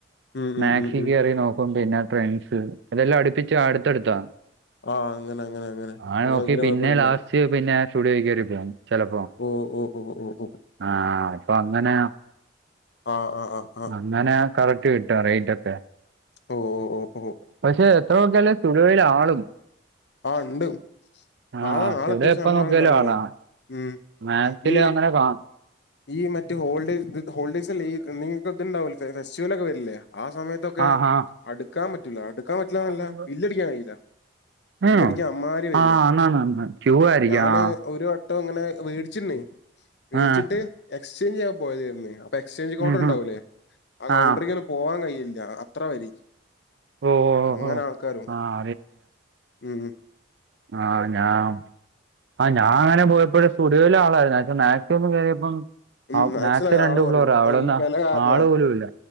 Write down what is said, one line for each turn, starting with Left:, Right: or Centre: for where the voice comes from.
Left: ഉം ഉം
Right: മാക്സി
Left: ഉം ഉം
Right: കേറി നോക്കും. പിന്നെ ട്രെൻഡ്സ് <unintelligible> ഇതെല്ലാം അടുപ്പിച്ച അടുത്തടുത്താ-
Left: ആഹ് അങ്ങനെ അങ്ങനെ. <unintelligible>
Right: ആഹ്
Left: അങ്ങനെ
Right: നോക്കി
Left: നോക്കിയാ
Right: പിന്നെ
Left: കുഴപ്പമില്ലല്ലോ
Right: ലാസ്റ്റ് പിന്നെ സ്റ്റുഡിയോ കേറി ചെലപ്പോ
Left: ഓ ഓ ഓ ഓ ഓ
Right: ആഹ് ഇപ്പൊ അന്നന്നെ
Left: ആഹ് ആഹ് ആഹ്
Right: അങ്ങനെ കറക്റ്റ് കിട്ടോ? റേറ്റക്കെ
Left: ഓഹ്‌ ഓഹ്‌
Right: പക്ഷെ എത്ര നോക്കിയാലും സുഡിയോയിൽ ആള്
Left: ആഹ് ണ്ട്.
Right: ആഹ്
Left: ആടാ നാളെ
Right: സുഡോ
Left: അത്യാവശ്യം
Right: എപ്പ നോക്കിയാലും
Left: നല്ല ആള് ഉണ്ടാവല്ണ്ട്
Right: ആളാ.
Left: ഉം
Right: മാക്സില്
Left: ഈ
Right: അങ്ങനെ കാ
Left: ഈ മറ്റേ ഹോൾഡ് ഹോൾഡേസല്ലേ ഇയ്യ് തന്നീ ണ്ടാവലൊ ചെല ഫെസ്റ്റിവെല് ഒക്കെ വരില്ലേ ആ സമയത്തൊക്കെ
Right: ആഹാ
Left: അടുക്കാൻ പറ്റില്ല അടുക്കാൻ പറ്റില്ലാ എന്നല്ല
Right: ആണോ?
Left: ബില്ല് അടിക്കാൻ കഴിയില്ല
Right: ആഹ്
Left: ബില്ലടിക്കാൻഅമ്മാര് <unintelligible>
Right: ആന്നാന്നാന്ന് ക്യൂ ആയിരിക്കും
Left: ഞാന്
Right: ആഹ്.
Left: ഒരുവട്ടം ട്ടോ ഇങ്ങനെ വേട്ച്ചുണ് വേടിച്ചിട്ട്
Right: ആഹ്
Left: എക്സ്ചേഞ്ച് ചെയ്യാൻ പോയതായിരുന്നു പ്പൊ എക്സ്ചേഞ്ച് കൗണ്ടർ
Right: ഉം
Left: ഉണ്ടാവൂല്ലേ.
Right: ഉം
Left: ആ കൗണ്ടറിക്
Right: ആഹ്
Left: തന്നെ പോവാൻ കഴിയില്ല. അത്ര വരി
Right: ഓഹ് ഓഹ്
Left: അങ്ങനെ
Right: ഓഹ്
Left: ആൾക്കാരും
Right: ആഹ്
Left: ഉം
Right: ആഹ ഞാം ആ ഞാൻ അങ്ങനെ പോയപ്പോയ് സ്റ്റുഡിയോയിൽ ആളായിരുന്നു. മാച്ച് കേറിയപ്പം
Left: ഉം
Right: ആമാച്ച്
Left: മാക്സിമം
Right: രണ്ട്
Left: ആള് കുറയും
Right: ഫ്ലോറ. അവിടെ
Left: അത്
Right: ഒന്നും
Left: ഈ വില കാരണാ
Right: ആള് പോലും ഇല്ല